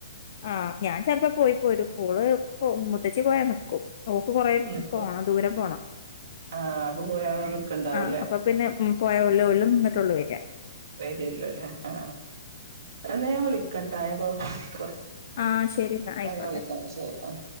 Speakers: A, on the left; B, on the right.
A: ആഹ ഞാൻ ചെലപ്പോ പോയി പോരും ഓൾ പോവും മുതച്ചി പോയ നികും ഓക് കൊറേ
B: നിക്കും
A: പോണം ദൂര പോണം
B: ആഹ് അപ്പ പോയാ നിക്കുണ്ടാവൂല്ലേ
A: ആ അപ്പൊ പിന്നെ പോയാ ഓല് ഓല് നിന്നിട്ടുള്ളൂ വെര
B: വരല്ലോല്ല ആ എന്ന ഞാൻ വിളിക്കട്ടെ ഞാൻ കൊർ
A: ആഹ് ശരി എന്നാ ആയിക്കോട്ടെ
B: ആഹ ഞാൻ വിളിക്ക ശരി ആ